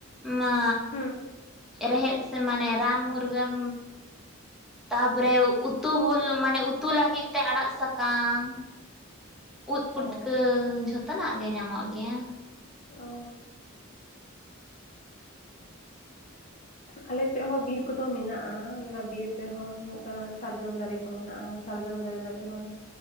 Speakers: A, in the centre; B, on the left.
A: ᱢᱟ
B: ᱦᱩᱸ
A: ᱨᱮᱦᱮᱫ ᱥᱮ ᱢᱟᱱᱮ ᱨᱟᱱ ᱢᱩᱨᱜᱟᱹᱱ ᱛᱟᱯᱚᱨᱮ ᱩᱛᱩ ᱵᱩᱞ ᱢᱟᱱᱮ ᱩᱛᱩ ᱞᱟᱹᱜᱤᱫ ᱛᱮ ᱟᱲᱟᱜ ᱥᱟᱠᱟᱢ ᱩᱫ ᱯᱩᱴᱠᱟᱹ
B: ᱚ
A: ᱡᱷᱚᱛᱚᱱᱟᱜ ᱜᱮ ᱧᱟᱢᱚᱜ ᱜᱮᱭᱟ
B: ᱚ ᱟᱞᱮ ᱥᱮᱫ ᱦᱚᱸ ᱵᱤᱨ ᱠᱚᱫᱚ ᱢᱮᱱᱟᱜᱼᱟ ᱚᱱᱟ ᱵᱤᱨ ᱨᱮᱦᱚᱸ ᱦᱩᱭᱩᱜ ᱠᱟᱱᱟ ᱥᱟᱨᱡᱚᱢ ᱫᱟᱨᱮ ᱠᱚ ᱢᱮᱱᱟᱜᱼᱟ ᱥᱟᱨᱡᱚᱢ ᱫᱟᱨᱮ ᱨᱮᱱᱟᱜ ᱡᱮᱢᱚᱱ